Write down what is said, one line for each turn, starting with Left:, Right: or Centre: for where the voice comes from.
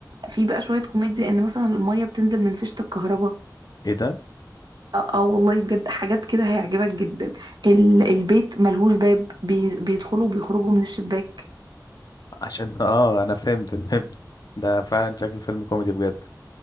Right: في بقى شويه كوميديا ان مثلا الميه بتنزل من فيشه الكهرباء
Left: ايه ده
Right: اه آه والله بجد حاجات كده هيعجبك جدا ال- البيت ملهوش باب بي- بيدخلوا وبيخرجوا من الشباك
Left: عشان <laughs> اه انا فهمت فهمت ده فعلا شكله فيلم كوميدي بجد